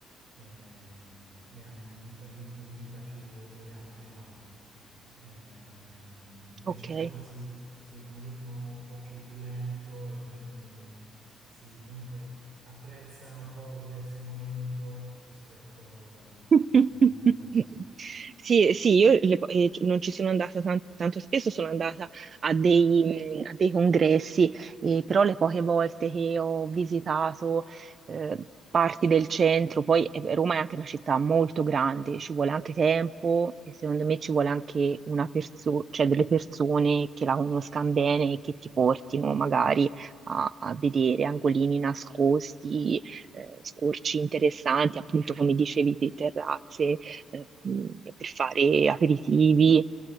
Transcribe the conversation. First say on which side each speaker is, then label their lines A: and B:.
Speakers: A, on the right; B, on the right.
A: ehm, e hanno un, vita- un ritmo di vita più eleva- elevato. Ehm, invece
B: Ok.
A: a Roma si, si ha un ritmo un po' più lento, la gente si comunque apprezza un po' godersi il momento rispetto
B: <laughs>
A: ad altri posti.
B: Sì, sì, io le po- eh, non ci sono andata tan- tanto spesso, sono andata a dei, mh, a dei congressi, eh, però le poche volte che ho visitato eh, parti del centro, poi eh, Roma è anche una città molto grande, ci vuole anche tempo e secondo me ci vuole anche una perso- cioè delle persone che la conoscano bene e che ti portino magari a, a vedere angolini nascosti eh, scorci interessanti, appunto come dicevi te, terrazze, eh, mh, per fare aperitivi.